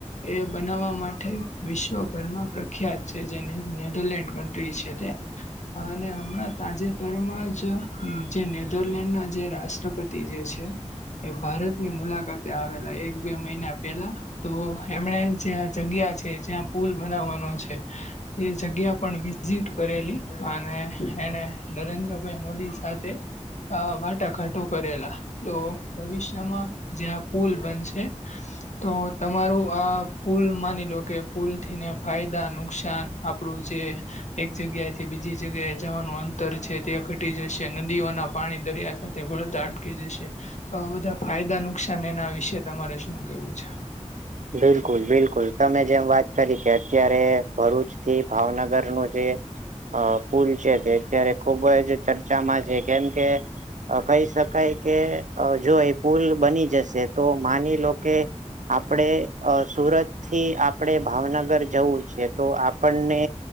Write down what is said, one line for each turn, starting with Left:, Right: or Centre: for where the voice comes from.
Left: એ બનાવવા માટે વિશ્વભરમાં પ્રખ્યાત છે, જે નેધરલેન્ડ કન્ટ્રી છે તે. અને હમણાં તાજેતરમાં જ જે નેધરલેન્ડના જે રાષ્ટ્રપતિ. જે છે, એ ભારતની મુલાકાતે આવેલા એક-બે મહિના પહેલા. તો એમણે જે્યા જગ્યા છે જ્યાં પુલ બનાવાનો છે તે જગ્યા પણ વિઝિટ કરેલી અને એણે નરેન્દ્રભાઈ મોદી સાથે આ વાટાઘાટો કરેલા તો ભવિષ્યમાં જ્યાં પુલ બનશે તો તમારું આ પુલ માની લો કે પુલ થીને ફાયદા નુકસાન આપડું જે એક જગ્યા થી બીજી જગ્યાએ જવાનું અંત તર છે તે ઘટી જશે નદીઓના પાણી દરિયા સાથે ભળતા અટકી જશે તો બધા ફાયદા નુકસાન એના વિશે તમારે શું કેવું છે
Right: બિલકુલ બિલકુલ તમે જેમ વાત કરી કે અત્યારે ભરૂચ થી ભાવનગરનુંું જે અ પુલ છે તે અત્યારે ખુબ જ ચર્ચામાં છે કેમ કે કહી શકાય કે જો એ પુલ બની જશે તો માની લો કે આપણે સુરત થી આપણે ભાવનગર જવું છે તો આપણને